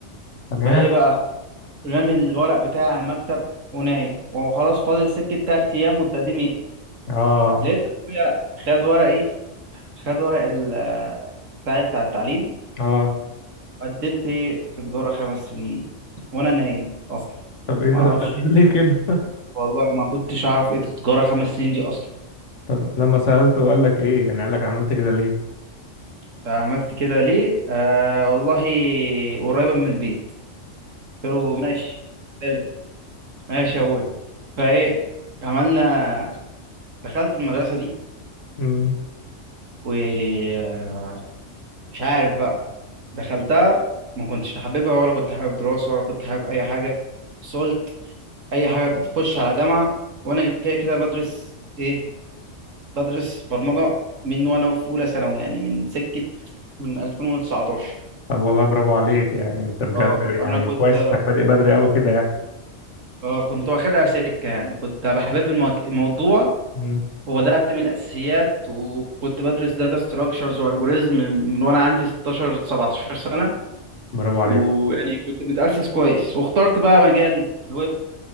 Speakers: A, on the left (about 70°); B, on the right (about 85°).
A: تمام
B: فإيه بقى رامي الورق بتاعي على المكتب ونايم وخلاص فاضل سكة تلات أيام والتقديم يقفل
A: اه
B: لقيت أبويا خد ورقي خد ورق ال بتاعي بتاع التعليم
A: اه
B: قدمت في تجارة خمس سنين وأنا نايم أصلا
A: طب ايه
B: ما
A: ده,
B: أعرفش
A: <laughs> ده
B: إيه.
A: ليه كده
B: والله ما كنتش أعرف إيه تجارة خمس سنين دي أصلا
A: <laughs> طب لما سألته وقال لك ايه يعني قال لك عملت كده ليه
B: فعملت كده ليه؟ آه والله قريبة من البيت قلت له ماشي حلو ماشي يا أبوي فإيه عملنا دخلت المدرسة دي
A: امم
B: ومش عارف بقى دخلتها ما كنتش حاببها ولا كنت حابب دراسة ولا كنت حابب أي حاجة بس قلت أي حاجة تخش على جامعة وأنا كده كده بدرس إيه بدرس برمجة من وأنا في أولى ثانوي يعني من سكة من 2019
A: طب والله برافو عليك يعني انت بجد
B: اه
A: يعني
B: أنا كنت
A: كويس انك بادئ بدري قوي كده يعني
B: اه كنت واخدها سكة يعني كنت بحبب المك- الموضوع
A: امم
B: وبدأت من الأساسيات وكنت بدرس داتا ستراكشرز والجوريزم من وأنا عندي 16 17 سنة
A: برافو
B: ويعني
A: عليك
B: كنت متأسس كويس واخترت بقى مجال الويب